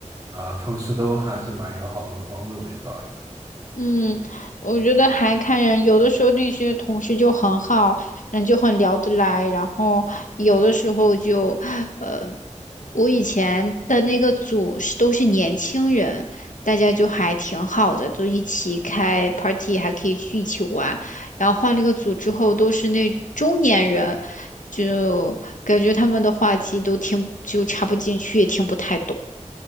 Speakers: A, on the right (about 30°); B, on the left (about 85°).
A: 啊、同事都还是蛮友好的，会帮助我去搞一个。
B: 嗯，我觉得还看人，有的时候那些同事就很好，然后就很聊得来，然后有的时候就，呃，我以前的那个组是都是年轻人，大家就还挺好的，都一起开 party，还可以去一起玩。然后换了一个组之后，都是那中年人，就感觉他们的话题都听就插不进去，也听不太懂。